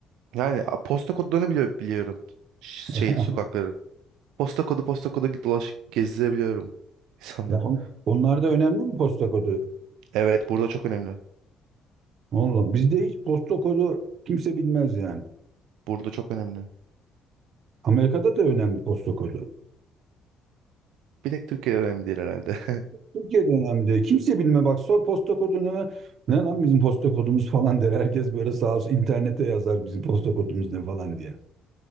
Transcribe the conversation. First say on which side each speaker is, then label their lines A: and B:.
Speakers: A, on the right (about 85°); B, on the right (about 60°).
A: Yani a, posta kodlarını biliyor, biliyorum. Ş-
B: <laughs>
A: Şey sokakların. Posta kodu posta kodu dolaşıp gezdirebiliyorum insanları.
B: Ya on, onlar da önemli mi posta kodu?
A: Evet burada çok önemli.
B: Oğlum bizde hiç posta kodu kimse bilmez yani.
A: Burada çok önemli.
B: Amerika'da da önemli posta kodu.
A: Bir tek Türkiye önemli değil herhalde. <laughs>
B: Türkiye'de önemli. Kimse bilme bak sor posta kodunu ne, ne lan bizim posta kodumuz falan der. Herkes böyle sağ olsun internete yazar bizim posta kodumuz ne falan diye.